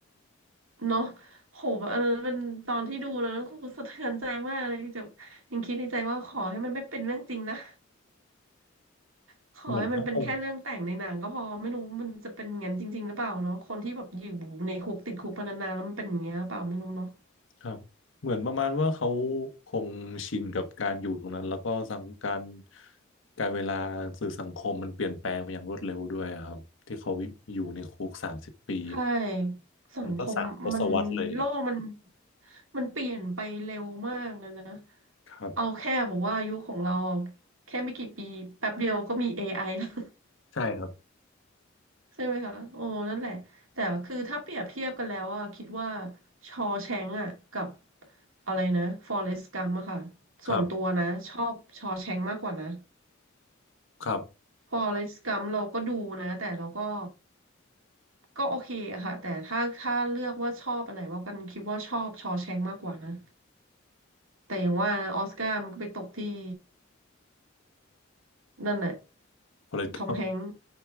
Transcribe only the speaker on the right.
เนาะโหแบบเออมันตอนที่ดูนะก็คือสะเทือนใจมากเลยจะยังคิดในใจว่าขอให้มันไม่เป็นเรื่องจริงนะ <laughs> ขอให้มันเป็นแค่เรื่องแต่งในหนังก็พอไม่รู้มันจะเป็นอย่างนั้นจริงๆหรือเปล่าเนาะคนที่แบบอยู่ในคุกติดคุกมานานๆแล้วมันเป็นอย่างเงี้ยหรือเปล่าไม่รู้เนาะ
ใช่สังคมมันโลกมัน
มันเปลี่ยนไปเร็วมากนะนะ
เอาแค่บอกว่ายุคของเราอะแค่ไม่กี่ปีแป๊บเดียวก็มี AI แล้ว
<laughs> ใช่ไหมคะโอ้นั่นแหละแต่คือถ้าเปรียบเทียบกันแล้วอะคิดว่าชอแชงก์อะกับอะไรนะฟอเรสต์กัมอะค่ะส่วนตัวนะชอบชอแชงก์มากกว่านะ
ฟอเรสต์กัมเราก็ดูนะแต่เราก็ก็โอเคอะค่ะแต่ถ้าถ้าเลือกว่าชอบอันไหนมากกันคิดว่าชอบชอแชงมากกว่านะแต่อย่างว่าออสการ์มันก็ไปตกที่นั่นแหละ
ทอมแฮงค์